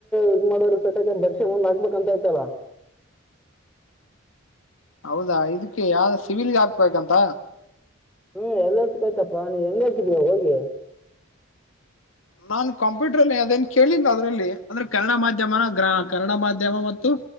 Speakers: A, in the centre; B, on the left.
A: ಇದ್ ಮಾಡೋರ ಸೆಟಕ ಬರ್ಷೆ ಮುಂದ್ ಹಾಕ್ಬೇಕಂತ ಆಯ್ತಲ್ಲ.
B: ಹೌದಾ ಇದಕ್ಕೆ ಯಾವ್ದ ಸಿವಿಲ್ಗೆ ಹಾಕ್ಬೇಕಂತ.
A: ಹ್ಮ್ ಎಲ್ಲ ಸಿಕ್ಕಾಯ್ತಪ್ಪ ನೀ ಹೆಂಗಾಕಿದೀಯ ಹೋಗಿ.
B: ನಾನ್ ಕಂಪ್ಯೂಟರ್ ಅಲ್ಲಿ ಅವದೇನ್ ಕೇಳಿಲ್ಲ ಅದ್ರಲ್ಲಿ. ಅಂದ್ರೆ ಕನ್ನಡ ಮಾಧ್ಯಮನ ಗ್ರ ಕನ್ನಡ ಮಾಧ್ಯಮ ಮತ್ತು